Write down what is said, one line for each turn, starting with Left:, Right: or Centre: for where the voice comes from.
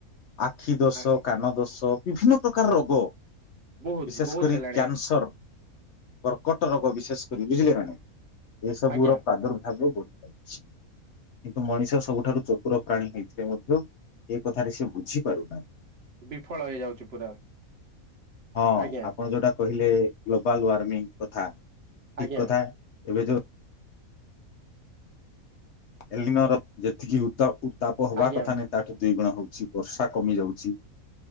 Left: ଆଖି ଦୋଷ
Right: ଆ
Left: କାନ ଦୋଷ ବିଭିନ୍ନ ପ୍ରକାରର ରୋଗ।
Right: ବୋହୁତ
Left: ବିଶେଷ
Right: ବୋହୁତ
Left: କରି
Right: ହେଲା
Left: କ୍ୟାନସର, କର୍କଟ ରୋଗ ବିଶେଷ କରି ବୁଝିଲେନା ଏସବୁର
Right: ଆଜ୍ଞା
Left: ପ୍ରାଦୁର୍ଭାବ ବ କିନ୍ତୁ ମଣିଷ ସବୁଠାରୁ ଚତୁର ପ୍ରାଣୀ ହେଇଥିଲେ ମଧ୍ୟ ଏ କଥାରେ ସେ ବୁଝିପାରୁନାହିଁ।
Right: ବିଫଳ ହେଇଯାଉଛି ପୁରା
Left: ହଁ
Right: ଆଜ୍ଞା।
Left: ଆପଣ ଯୋଉଟା କହିଲେ ଗ୍ଲୋବାଲ ୱାର୍ମିଂ କଥା ଠିକ
Right: ଆଜ୍ଞା
Left: କଥା ଏବେ ଯୋଉ ଏଲିନର ଯେତିକି ଉତା ତାପ ହବା
Right: ଆଜ୍ଞା
Left: କଥା ନାଇଁ ତାଠୁ ଦି ଗୁଣ ହୋଉଛି। ଛି ବର୍ଷା କମି ଯାଉଛି।